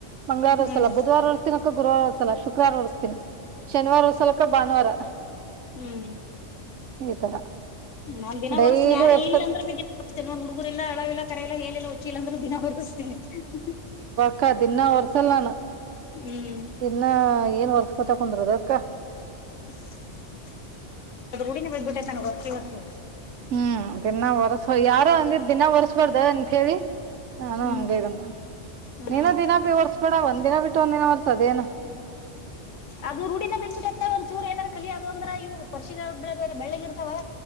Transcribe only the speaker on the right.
ಮಂಗಳವಾರವ ವರ್ಸಲ
ಬುಧವಾರ ಉರ್ತಿನಕ್ಕ ಗುರುವಾರವ ಸಲ ಶುಕ್ರವಾರ ಉರ್ಸ್ತನಿ ಶನಿವಾರ ಉರ್ಸಲಕ್ಕ ಭಾನುವಾರ
ಈ ತರ
ಡೈಲಿ
ವರ್ಸಲ್
ಅಕ್ಕ ದಿನಾ ವರ್ಸಲ್ಲ ನಾನು
ದಿನಾ ಏನ್ ವರ್ಸ್ಕೊತ ಕುಂದ್ರದ ಅಕ್ಕ
ಹ್ಮ್ ದಿನಾ ಒರ್ಸು ಯಾರೋ ಅಂದಿದ ದಿನಾ ಒರ್ಸ್ಬಾರ್ದ ಅಂತ ಹೇಳಿ ನಾನು
ಹಂಗೆ <unintelligible>
ನೀನ ದಿನ ಬಿರ್ಸ್ಬೇಡ ಒಂದ್ ದಿನ ಬಿಟ್ <unintelligible> ಒಂದಿನ ವರ್ಸದೇನು